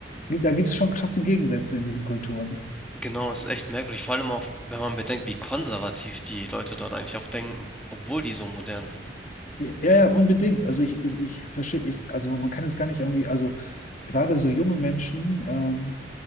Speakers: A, on the left; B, in the centre.
A: da gibt es schon krasse Gegensätze in diesen Kulturen.
B: genau, ist echt merkwürdig. Vor allem auch, wenn man bedenkt, wie konservativ die Leute dort eigentlich auch denken, obwohl die so modern sind.
A: Ja, ja, unbedingt. Also ich, ich, ich verstehe, ich, also man kann es gar nicht irgendwie, also gerade so junge Menschen, ähm,